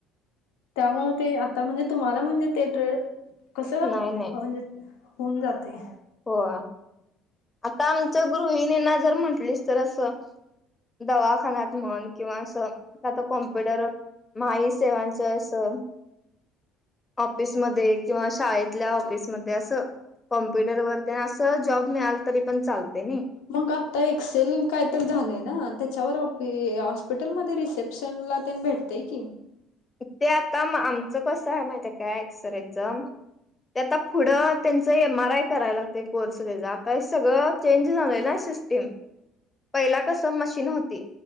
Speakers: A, on the left; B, on the left.
A: त्यामुळं ते आता म्हणजे तुम्हाला म्हणजे ते ट्रेड कसं
B: नाही
A: <unintelligible> होऊन जातंय.
B: होय. आता आमच्या गृहिणींना जर म्हंटलीस तर असं दवाखान्यात म्हण किंवा असं कुठल्या तर कॉम्प्युटर वर महा इ सेवांचं हो ऑफिस मध्ये किंवा शाळेतल्या ऑफिस मध्ये असं <unintelligible> तेन असं जॉब मिळाला तरी पण चालतंय नाही.
A: मग आता एक्सेल काय तर झालंय ना त्याच्यावर ऑफी- हॉस्पिटल मध्ये रिसेप्शनला तेन भेट -तंय की
B: ते आता म-आमचं कसं आहे माहितीये काय एक्सरेचं ते आता पुढं त्यांचं एम आर आय करायला लागतंय कोर्स त्याचा. आता हे सगळं चेंज झालंय ना सिस् टीम पहिला कसं मशीन होती.